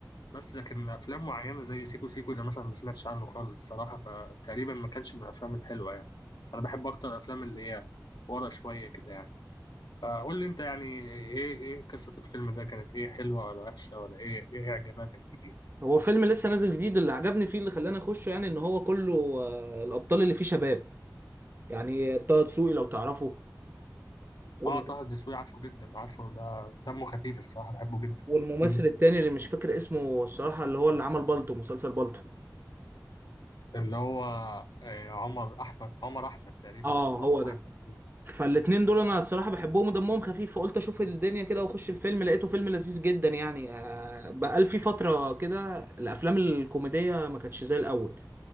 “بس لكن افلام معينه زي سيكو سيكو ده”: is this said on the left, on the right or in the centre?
Left